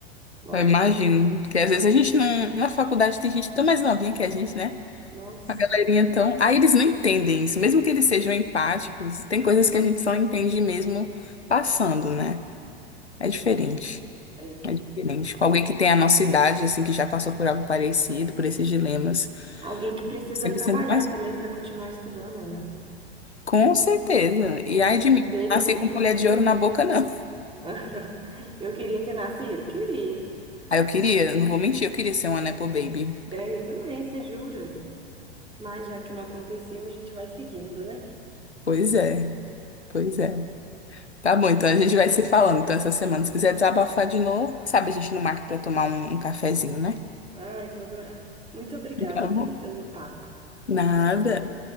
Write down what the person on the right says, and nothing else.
Nossa,
nossa,
é.
Alguém que precisa
trabalhar
também para continuar estudando, né?
Porque muitos
deles
não
precisam.
<laughs> Eu queria ter nascido? Queria.
Mas-
É, eu também, você jura? Mas já que não aconteceu, a gente vai seguindo, né?
Ai, vou adorar. Muito obrigada,
viu,
pelo papo.